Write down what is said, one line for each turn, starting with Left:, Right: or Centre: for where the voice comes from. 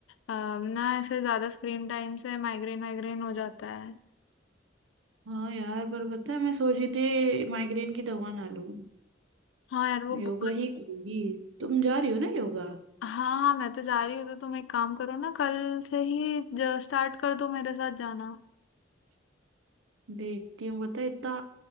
Left: अम, ना ऐसे ज्यादा स्क्रीन टाइम से माइग्रेन वाइग्रेन हो जाता है
Right: हाँ यार पर पता है मैं सोची थी माइग्रेन की दवा ना लूं
Left: हाँ यार वो बहुत
Right: योगा ही करूंगी तुम जा रही हो ना योगा
Left: हाँ हाँ मैं तो जा रही हूँ तो तुम एक काम करो ना कल से ही स्टार्ट कर दो मेरे साथ जाना
Right: देखती हूँ पता है इतना